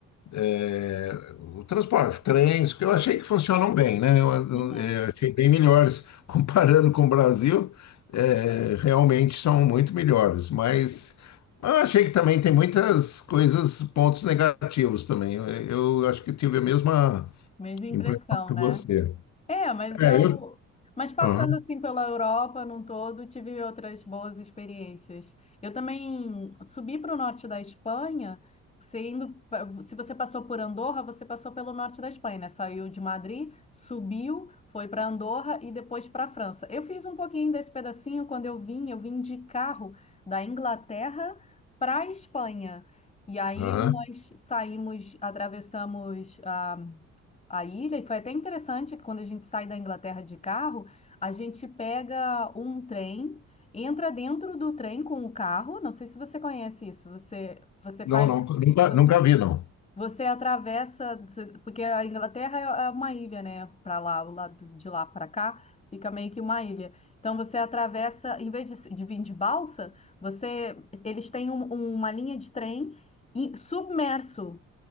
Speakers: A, on the left; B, on the left.
A: é, o transporte, trens, porque eu achei que funcionam bem, né? Eu, eu,
B: Uhum.
A: é, achei bem melhores. <laughs> Comparando com o Brasil, é, realmente são muito melhores, mas eu achei que também tem muitas coisas, pontos negativos também. Eu, eu acho que tive a mesma
B: Mesma impressão,
A: impressão que
B: né?
A: você.
B: É, mas
A: É,
B: eu.
A: eu.
B: Mas passando
A: Aham,
B: assim pela Europa num todo, tive outras boas experiências. Eu também subi para o norte da Espanha. Você indo, pa- se você passou por Andorra, você passou pelo norte da Espanha, né? Saiu de Madrid, subiu, foi para Andorra e depois para a França. Eu fiz um pouquinho desse pedacinho quando eu vim. Eu vim de carro da Inglaterra para a Espanha. E aí
A: aham.
B: nós saímos, atravessamos a a ilha, e foi até interessante que quando a gente sai da Inglaterra de carro, a gente pega um trem, entra dentro do trem com o carro, não sei se você conhece isso, você, você faz,
A: Não, não, nunca,
B: você,
A: nunca vi, não.
B: você atravessa, você- porque a Inglaterra é é uma ilha, né? Para lá, o lado de lá para cá. Fica meio que uma ilha. Então você atravessa, em vez de, se- de vir de balsa, você, eles têm um- uma linha de trem em- submerso,